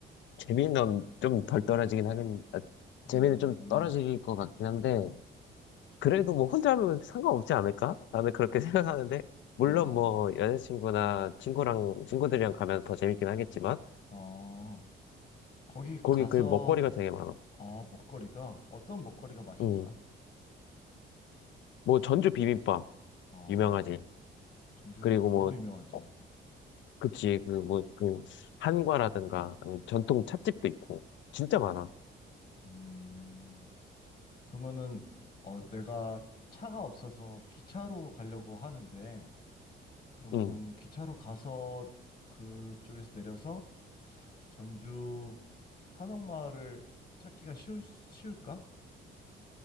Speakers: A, on the left; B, on the left.
A: 재미는 좀 덜 떨어지긴 하겠, 아, 재미는
B: 음,
A: 좀 떨어질 것 같긴 한데, 그래도 뭐 혼자 하면 상관없지 않을까? 나는 그렇게 <laughs> 생각하는데, 물론
B: 음,
A: 뭐 여자친구나 친구랑, 친구들이랑 가면 더 재밌긴 하겠지만,
B: 어, 거기
A: 거기
B: 가서,
A: 그 먹거리가 되게 많아.
B: 어, 먹거리가, 어떤 먹거리가 맛이
A: 음,
B: 있어?
A: 뭐 전주 비빔밥,
B: 어,
A: 유명하지.
B: 전주김밥
A: 그리고 뭐,
B: 너무 유명하지.
A: 어, 그치, 그 뭐, 그 한과라든가, 아니면 전통 찻집도 있고, 진짜 많아.
B: 음. 그러면은 어 내가 차가 없어서 기차로 가려고 하는데 그러면은
A: 음,
B: 기차로 가서 그쪽에서 내려서 전주 한옥마을을 찾기가 쉬울 쉬울까?